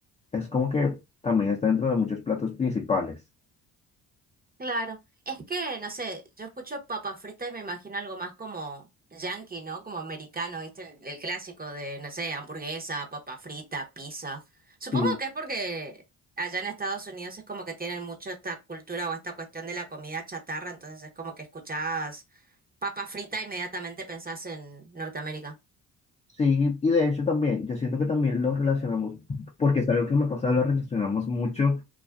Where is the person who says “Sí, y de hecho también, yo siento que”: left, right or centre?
Left